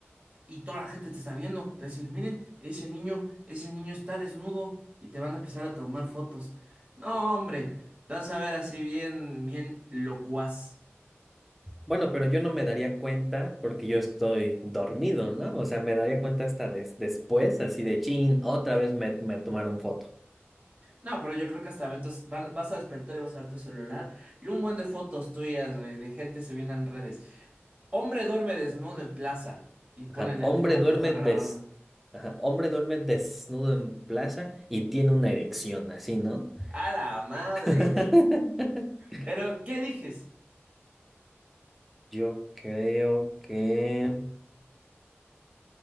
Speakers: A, on the right; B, in the centre.
A: Y toda la gente te está viendo, te va a decir, miren, ese niño, ese niño está desnudo y te van a empezar a tomar fotos. No, hombre, te vas a ver así bien, bien locuaz.
B: Bueno, pero yo no me daría cuenta porque yo estoy dormido, ¿no? O sea, me daría cuenta hasta des- después, así de chin, otra vez me, me tomaron foto.
A: No, pero yo creo que hasta eventos, van- vas a despertar y vas a ver tu celular y un buen de fotos tuyas, güey, de gente subiendo en redes. Hombre duerme desnudo en plaza y ponen
B: Ajá.
A: aquí
B: Hombre
A: una
B: duerme
A: persona grabando.
B: des Ajá. Hombre duerme desnudo en plaza y tiene una erección, así, ¿no?
A: A la madre.
B: <laughs>
A: Pero, ¿qué eliges?
B: Yo creo que...